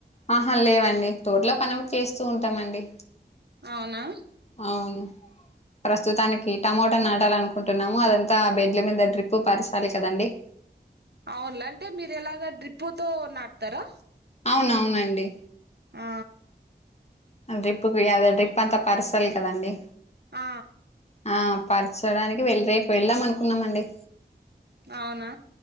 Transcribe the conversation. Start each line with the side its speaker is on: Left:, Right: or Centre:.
Left: ఆహా లేవండి. తోట్లా పనఒకటి చేస్తూ ఉంటామండి.
Right: అవునా
Left: అవును ప్రస్తుతానికి టమోటా నాటాలనుకుంటున్నాము. అదంతా ఆ బెడ్ల మీద ట్రీప్పు పరచాలి కదండి.
Right: అవునులే అంటే మీరు ఎలాగ డ్రిప్పు తో నాటుతారా
Left: అవునవునండి
Right: ఆ
Left: డ్రిప్పు వేయాలి డ్రిప్ అంతా పర్సాలీకదండి.
Right: ఆ
Left: ఆ పరచడానికి వె రేపు వెళ్దాం అనుకున్నామండి.
Right: అవునా